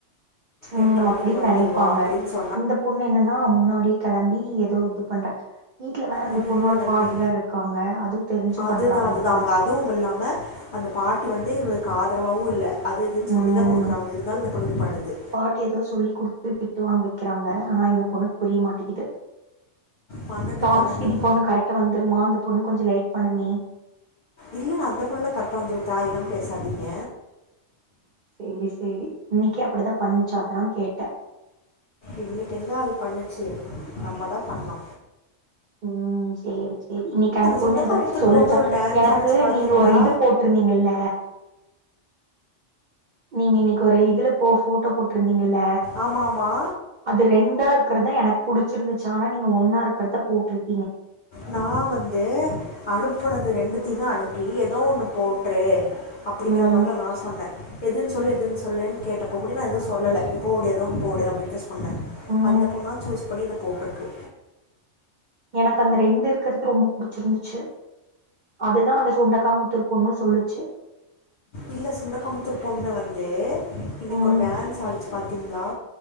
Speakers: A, on the right (about 55°); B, on the left (about 55°).
A: ம்
B: எட்ரை மணிக்கு
A: அப்டின்னு
B: வந்துடுவா
A: நெனைப்பாங்க
B: அப்டின்னு சொல்லி
A: இந்த பொண்ணு என்னன்னா முன்னாடியே கெளம்பி ஏதோ இது பண்றே வீட்ல வேற அந்த
B: விடுங்க
A: பொண்ணோட
B: விடுங்க அதுக்கு
A: பாட்டி வேர்ருக்காங்க அதுவு தெரிஞ்சு
B: அதுதான்
A: பண்றாங்க
B: அதுதான்
A: இந்த புள்ள
B: அவங்க அதுவும் இல்லாமல் அந்த பாட்டி வந்து இவளுக்கு காதரவாவு இல்ல அது எதுன்னு சொல்லிதா
A: ம்
B: குடுக்குறாங்க இருந்தாலு இந்த பொண்ணு இப்டி பண்ணுது
A: பாட்டி ஏதோ சொல்லி குடுத்து திட்டு வாங்க வைக்கிறாங்க ஆனா இந்த பொண்ணுக்கு புரிய மாட்டிக்குது
B: பண்ணட்டும்
A: தாமஸ்
B: பண்ணட்டும்
A: விதி பொண்ணு கரெக்டா வந்துருமா அந்த பொண்ணு கொஞ்ச லேட் பண்ணுமே
B: இல்ல இல்ல அந்த பொண்ணுல கட்டா வந்துரு தாயெல்லா பேசாதீங்க
A: சேரி சேரி இன்னைக்கு அப்படித்தா பண்ணுச்சு அதா கேட்டே
B: இன்னைக்கு எங்க அது பண்ணுச்சு நம்மதா பண்ணோ
A: ம் ம் சரி சரி இன்னைக்கு அந்த பொண்ணு
B: சுண்டக்காய்
A: ஏதாச்சு
B: புத்தூர்
A: சொல்லுச்சா
B: பொண்ணு ஒரு டான்ஸ்
A: எனக்கு
B: ஆடிச்சு பாத்தீங்களா
A: நீங்க ஒரு இது போட்ருந்தீங்கல்ல நீங்க இன்னைக்கு ஒரு இதுல போ போட்டோ போட்டிருந்தீங்கல்ல
B: ஆமா ஆமா
A: அது ரெண்டா இருக்கறதா எனக்கு புடிச்சிருந்துச்சு ஆனா நீங்க ஒன்னா இருக்கிறதா போட்டிருக்
B: நா வந்து அனுப்புனது ரெண்டு அனுப்பி ஏதோ ஒண்ணு போட்ரு அப்படிங்குற
A: ம்
B: மாத நா சொன்னே எதுன் சொல்லு எதுன் சொல் என்னன் கேட்டப்போ கூட நா எது சொல்லல போடு ஏதோ போடு அப்படின்தா சொ ன்னே
A: ம்
B: அந்த பொண்ணா சூஸ் பண்ணி இத போட்ருக்கு
A: எனக்கு அந்த ரெண்டு இருக்கறது ரொம்ப புடிச்சிருந்துச்சு அதுதா அந்த சுண்டக்காமூத்தூர் பொண்ணு சொல்லுச்சு
B: இல்ல சுண்டக்காமுத்தூர் பொண்ணு வந்து இன்னைக்கு
A: ம்
B: ஒரு டான்ஸ் ஆடிச்சு பாத்தீங்களா